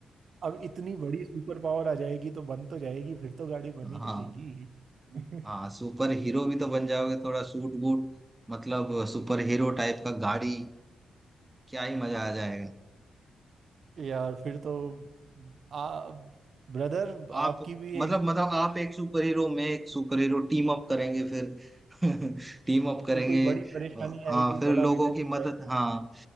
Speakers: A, on the right; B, on the right.
A: अब इतनी बड़ी सुपर पावर आ जाएगी तो बन तो जाएगी फिर तो गाड़ी बन
B: हाँ
A: ही जाएगी <laughs>
B: हाँ सुपर हीरो भी तो बन जाओगे थोड़ा सूट बूट मतलब सुपर हीरो टाइप का गाड़ी क्या ही मजा आ जाएगा
A: यार फिर तो आ ब्रदर
B: आप
A: आपकी भी
B: मतलब
A: एक
B: मतलब आप एक सुपर हीरो मैं एक सुपर हीरो टीम अप करेंगे फिर <laughs> टीम अप करेंगे
A: फिर कोई बड़ी परेशानी
B: हाँ
A: आएगी
B: फिर
A: बड़ा
B: लोगों
A: विलन
B: की मदद
A: आएगा।
B: हाँ